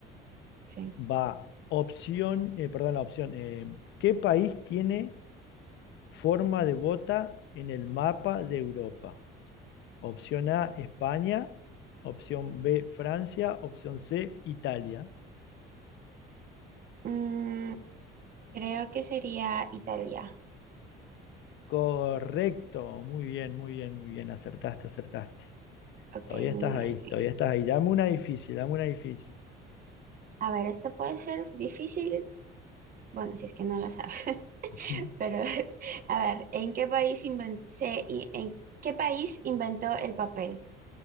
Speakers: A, on the right; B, on the left.
A: Sí.
B: Va, opción, eh, perdón, la opción. eh, ¿qué país tiene forma de bota en el mapa de Europa? Opción A, España. Opción B, Francia. Opción C, Italia.
A: Mm, creo que sería Italia.
B: Correcto, muy bien, muy bien, muy bien, acertaste, acertaste.
A: Ok,
B: Todavía
A: muy
B: estás
A: bien,
B: ahí,
A: muy
B: todavía
A: bien.
B: estás ahí. Dame una difícil, dame una difícil.
A: A ver, esto puede ser difícil. Bueno, si es que no lo sabes. <laughs>
B: <laughs>
A: Pero, <laughs> a ver, ¿en qué país inven- se- i- en qué país inventó el papel?